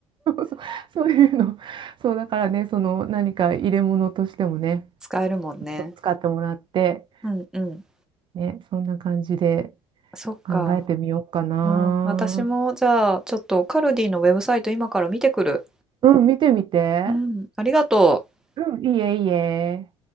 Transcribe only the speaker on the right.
そうそう、そういうの。そう、だからね、その何か入れ物としてもね、
使ってもらって、
ね、そんな感じで
考えてみようかな。
うん、見てみて。
うん。いいえ、いいえ。